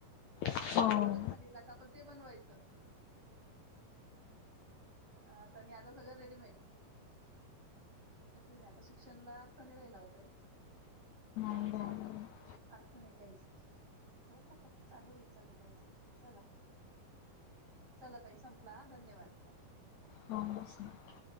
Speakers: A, on the left (about 80°); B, on the right (about 20°).
A: हो
B: आपल्याला प्रोजेक्ट
A: हो
B: सांगितला का आपण ते बनवायचं. आता नी आता सगळं रेडीमेडऽ क नाही आता शिक्षणाला अर्थ नाही राहिला ओ ताई
A: हम्
B: अर्थ नाही कायच, जाऊदे आता चालू ये चालू द्यायचं चला. चला ताई संपला हं, धन्यवाद हं
A: हो बस. नक्की